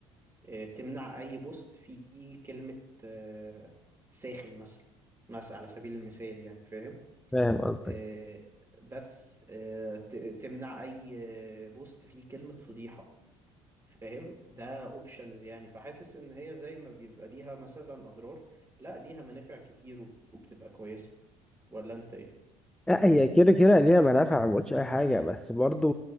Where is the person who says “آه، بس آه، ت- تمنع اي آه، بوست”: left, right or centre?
Right